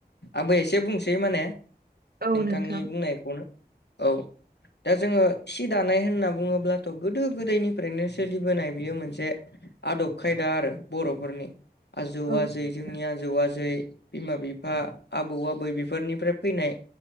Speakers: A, on the left (about 80°); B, on the right (about 60°).
A: आंबो एसे बुंसै माने नोंथांनि
B: औ नोंथां
A: बुंनायखौनो। औ। दा जोङो सि दानाय होनना बुङोब्लाथ' गोदो गोदायनिफ्रायनो सोलिबोनाय बेयो मोनसे आदब खायदा आरो बर'फोरनि आजौ
B: औ
A: आजै
B: सैथो
A: जोंनि आजौ आजै बिमा बिफा आबौ आबै बेफोरनिफ्राय फैनाय